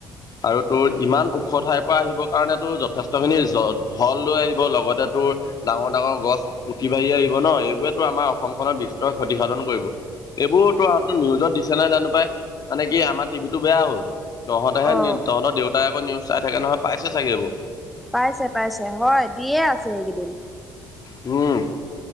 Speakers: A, on the left; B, in the centre.
A: আৰু তোৰ ইমান ওখ ঠাইৰ পৰা আহিবৰ কাৰণে তোৰ যথেষ্টখিনি জত হল লৈ আহিব লগতে তোৰ ডাঙৰ ডাঙৰ গছ উতি বাঢ়ি আহিব ন, এইবোতো আমাৰ অসমখনত বিস্তৰ ক্ষতিসাধন কৰিব। এইবোৰ তোৰ নিউজত দিছে নাই জানো পাই, মানে কি আমাৰ টিভি টো বেয়া হ'ল। তহঁতেহে
B: অ
A: নিউ- তহঁতৰ দেউতাই আকৌ নিউজ চাই থাকে নহয় পাইছে চাগে এইবোৰ।
B: পাইছে, পাইছে হয় দিয়ে আছে এইকেইদিন।
A: উম।